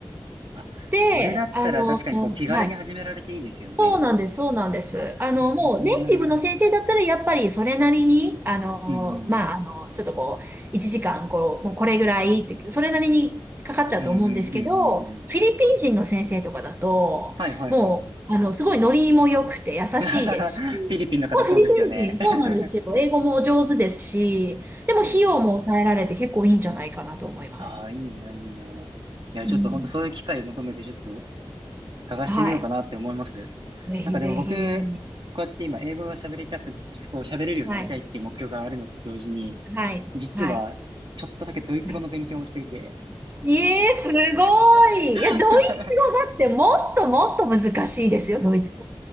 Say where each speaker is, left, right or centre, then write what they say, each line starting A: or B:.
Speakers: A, on the right; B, on the right.
A: あ、
B: で、
A: それだったら確かにこう気軽に始められていいですよね。
B: あのーはいそうなんです、そうなんです。
A: あ、
B: あの、
A: なるほどな。
B: もうネイティブの先生だったら、やっぱりそれなりに、あの、
A: うんう
B: まあ、
A: ん
B: あの、ちょっとこう、1時間、こう、もうこれぐらいって、それなりにかかっちゃうと思うんですけど、
A: うん。うんうんうんうんうん。
B: フィリピン人の先生とかだと、
A: はいはいはいはい。
B: もう、あの、すごいノリも良くて優しいですし、
A: <laughs> フィリピンの方そうですよね。
B: まあ、フィリピン人、そうなんですよ。
A: <laughs>
B: 英語も上手ですし、でも費用も抑えられて結構いいんじゃないかなと思います。
A: そうですよね。ああ、いいな、いいな。いや、
B: うん。
A: ちょっと本当そういう機会を求めてちょっと探してみようかなって思います。
B: はい。ぜひぜひ。
A: なんかでも僕、こうやって今英語が喋りたく、こう喋れるようになりたいっていう目標があるのと同時に、
B: はい。はい。
A: 実はちょっとだけドイツ語の勉強をしていて。
B: はい。はいええ、すごい。
A: <laughs>
B: いや、ドイツ語だってもっともっと難しいですよ、ドイツ語。